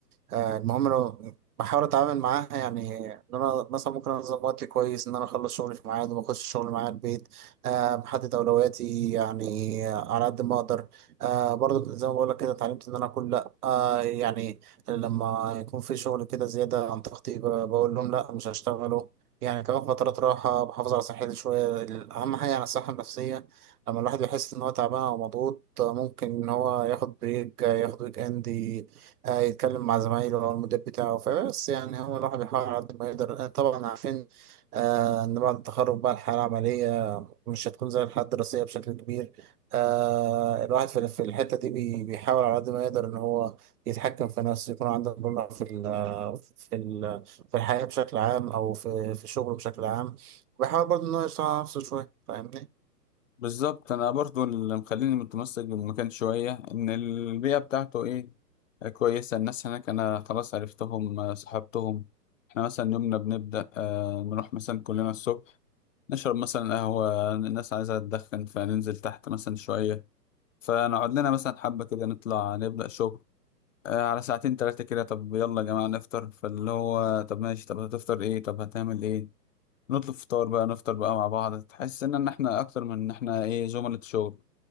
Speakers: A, on the right (about 65°); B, on the left (about 50°).
A: آه، المهم انا بحاول اتعامل معاها يعني ان انا مثلا ممكن انظم وقتي كويس ان انا اخلص شغلي في ميعاد وما اخش شغل معايا البيت أه بحدد اولوياتي يعني على قد ما اقدر أه برضو زي ما بقول لك كده اتعلمت ان انا اقول لا أه يعني لما يكون في شغل كده زياده عن طاقتي ب- بقول لهم لا مش هشتغله يعني كمان فترات راحة بحافظ على صحتي شوية أهم حاجة يعني الصحة النفسية لما الواحد يحس إن هو تعبان أو مضغوط آه، ممكن إن هو ياخد بريك آه، ياخد ويك إند هيتكلم مع زمايله او المدير بتاعه فبس يعني هو الواحد بيحاول على قد ما يقدر آه، طبعا عارفين آه ان بعد التخرج بقى الحياه العمليه مش هتكون زي الحياه الدراسيه بشكل كبير آه الواحد في في الحته دي بي- بيحاول على قد ما يقدر ان هو يتحكم في نفسه يكون عنده مرونه في ال في ال في الحياه بشكل عام او في في شغله بشكل عام بيحاول برضه ان هو يشتغل على نفسه شويه فاهمني؟
B: بالظبط انا برضو اللي مخليني متمسك بالمكان شوية ان البيئة بتاعته ايه آه، كويسة الناس هناك انا خلاص عرفتهم آه، صحبتهم احنا مثلا يومنا بنبدأ آه، نروح مثلا كلنا الصبح نشرب مثلا قهوة الناس عايزة تدخن فننزل تحت مثلا شوية فنقعد لنا مثلا حبة كده نطلع نبدأ شغل آه على ساعتين تلاتة كده طب يلا يا جماعة نفطر فاللي هو طب ماشي طب هتفطر ايه طب هتعمل ايه نطلب فطار بقى نفطر بقى مع بعض تحس ان إن احنا اكتر من ان احنا ايه زملاء شغل